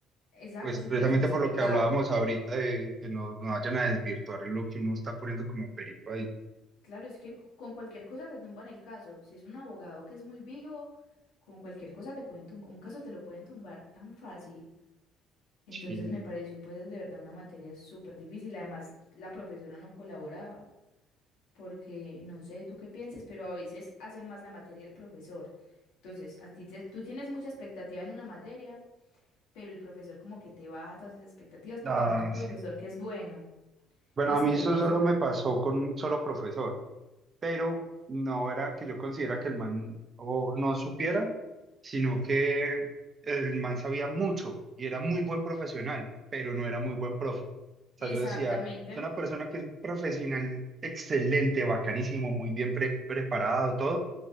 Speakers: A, on the left; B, on the right.
A: exacto,
B: pues
A: súper
B: precisamente
A: especificado.
B: por lo que hablábamos ahorita de que no, no vayan a desvirtuar lo que uno está poniendo como perito ahí.
A: Claro, es que co- con cualquier cosa te tumban el caso. Si es un abogado que es muy vivo, con cualquier cosa te pueden tumbar. Un caso te lo pueden tumbar tan fácil. Entonces
B: Sí.
A: me pareció pues de verdad una materia súper difícil. Además, la profesora no colaboraba porque no sé tú qué pienses, pero a veces hace más la materia el profesor. Entonces, a ti te- tú tienes mucha expectativa en una materia pero el profesor como que te baja todas esas expectativas porque
B: Ah,
A: no es un profesor
B: sí.
A: que es bueno.
B: Bueno,
A: Entonces
B: a
A: también
B: mí eso
A: eso
B: solo
A: me...
B: me pasó con un solo profesor, pero no era que yo considera que el man o no supiera, sino que el man sabía mucho y era muy buen profesional, pero no era muy buen profe. O sea,
A: Exactamente,
B: yo decía, es una persona que es un profesional excelente, bacanísimo, muy bien pre- preparado, todo,